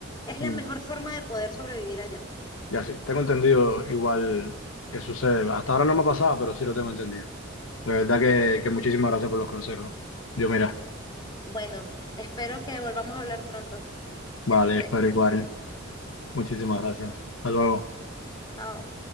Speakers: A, on the left (about 20°); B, on the left (about 80°).
A: Es la
B: Mm,
A: mejor forma de poder sobrevivir allá.
B: Ya sí, tengo entendido igual que sucede. Hasta ahora no me ha pasado, pero sí lo tengo entendido. La verdad que, que muchísimas gracias por los consejos. Dios, mira,
A: Bueno, espero que volvamos a hablar pronto.
B: vale,
A: Que estés
B: pero
A: bien.
B: igual. Muchísimas gracias. Hasta luego.
A: Chao.